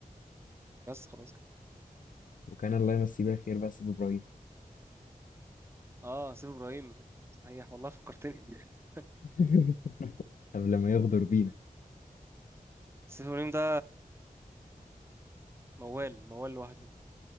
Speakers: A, on the right; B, on the left.
A: بس خلاص كده
B: وكان الله يمسيه بالخير بقى سيف ابراهيم
A: اه سيف إبراهيم صحيح والله فكرتني <laughs>
B: <laughs> قبل ما يغدر بينا
A: سيف إبراهيم ده موال موال لوحده